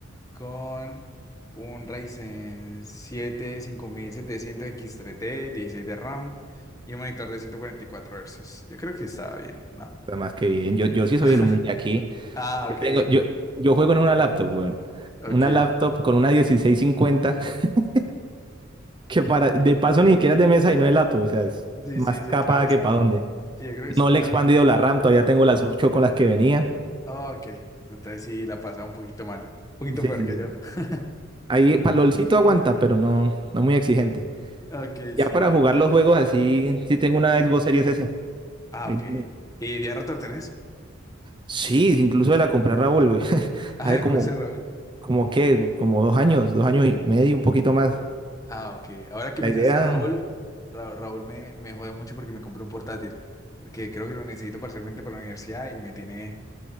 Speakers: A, on the left; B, on the right.
A: con un Ryzen 7 5700X3D, 16 de RAM y un monitor de 144 Hz. Yo creo que estaba bien, ¿no?
B: Está más que bien. Yo, yo sí soy
A: <laughs>
B: el humilde aquí.
A: Ah,
B: Yo
A: ok,
B: tengo, yo, yo juego en una laptop, weón.
A: <laughs> ok.
B: Una laptop con una 1650, <laughs> que para, de paso ni siquiera es de mesa y no es laptop, o sea, es
A: Sí,
B: más
A: sí,
B: capada
A: sí, claro, o
B: que
A: sea,
B: para dónde.
A: sí, yo creo que es
B: No
A: como
B: le
A: una...
B: he expandido
A: min-
B: la RAM, todavía tengo las 8 con las que venía.
A: oh, Ok, entonces sí, la pasaba un poquito mal, un poquito
B: Sí,
A: peor
B: sí,
A: que
B: sí.
A: yo. <laughs>
B: Ahí para palolcito aguanta, pero no, no muy exigente.
A: Ok,
B: Ya
A: sí,
B: para
A: entiendo.
B: jugar los juegos así, sí tengo una Xbox Series S.
A: Ah,
B: Ahí
A: ok.
B: donde-
A: ¿Y de rato lo tenés? <laughs>
B: Sí, incluso de la compré a Raúl, güey. <laughs>
A: Ah,
B: Hace
A: la
B: como,
A: comencé, Raúl.
B: como qué, güey, como dos años, dos años y medio, un poquito más.
A: Ah, ok. Ahora que
B: La
A: me
B: idea,
A: dices Raúl, Ra- Raúl me, me jode mucho porque me compré un portátil, porque creo que lo necesito parcialmente para la universidad y me tiene,